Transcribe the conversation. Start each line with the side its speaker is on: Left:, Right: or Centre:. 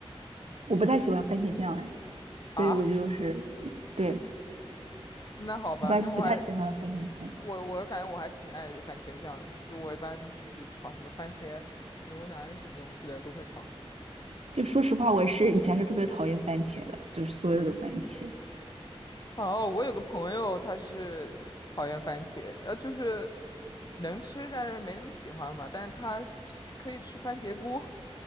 Right: 我不太喜欢番茄酱哎，
Left: 啊，
Right: 所以我就是对，
Left: 那好吧，
Right: 不太不太喜欢番茄酱。
Left: 那我还我我感觉我还挺爱番茄酱的，就是我一般就是炒什么番茄牛腩什么东西的都会放。
Right: 就说实话，我是以前是特别讨厌番茄的，就是所有的番茄。
Left: 哦，我有个朋友，他是讨厌番茄，呃，就是能吃，但是没那么喜欢吧。但是他吃可以吃番茄锅